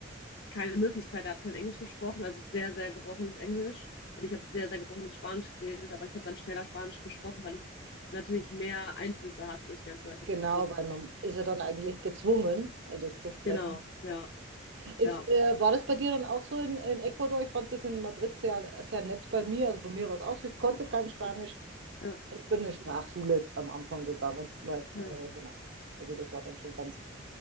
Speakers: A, on the left; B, on the right.
A: keine Möglichkeit, er hat kein Englisch gesprochen, also sehr, sehr gebrochenes Englisch. Und ich habe sehr, sehr gebrochenes Spanisch geredet, aber ich habe dann schneller Spanisch gesprochen, weil ich natürlich mehr Einflüsse hatte durch die ganzen Leute
B: Genau,
A: um mich herum.
B: weil man ist ja dann eigentlich gezwungen, äh, das zu sprechen.
A: Genau, ja,
B: Ist,
A: ja,
B: äh, war das bei dir dann auch so in, in Ecuador? Ich fand das in Madrid sehr, sehr nett bei mir. Also bei mir war es auch so. Ich konnte kein Spanisch.
A: ja,
B: Ich bin in eine Sprachschule am Anfang gegangen. Weil,
A: ja,
B: äh, genau. Also das war dann schon ganz,